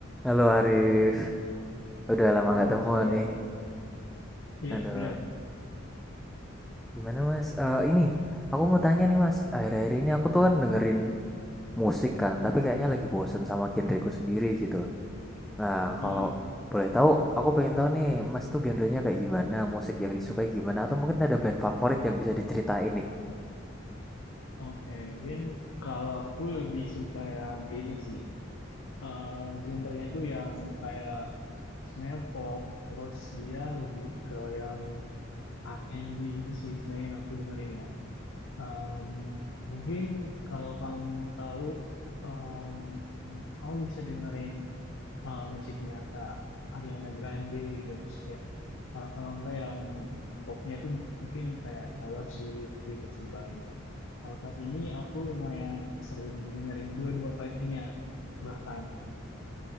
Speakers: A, in the centre; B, on the left (about 75°).
A: Halo Arif, udah lama
B: Kalau
A: nggak temu
B: Mas Arya,
A: nih.
B: iya
A: Aduh,
B: benar.
A: gimana Mas? Eh ini, aku mau tanya nih Mas. Akhir-akhir ini aku tuh kan dengerin
B: Benar.
A: musik kan, tapi kayaknya lagi bosen sama genreku sendiri gitu. Nah,
B: Ah,
A: kalau boleh tahu, aku pengen tahu nih, Mas tuh genrenya kayak gimana, musik yang disukai gimana, atau mungkin ada band favorit yang bisa diceritain nih.
B: Oke, Mungkin kalau aku lebih suka yang ini sih. Eh genrenya itu yang kayak sebenarnya pop, terus dia lebih ke yang R&B gitu sih sebenarnya yang aku dengerin ya. Em, mungkin kalau kamu tahu, em, kamu bisa dengerin eh, musiknya Kak Ariana Grande gitu. Terus kayak, eh, kalau enggak yang popnya itu mungkin kayak Taylor Swift gitu sih paling. Kalau saat ini aku lumayan sering dengerin dua-duanya bahkan.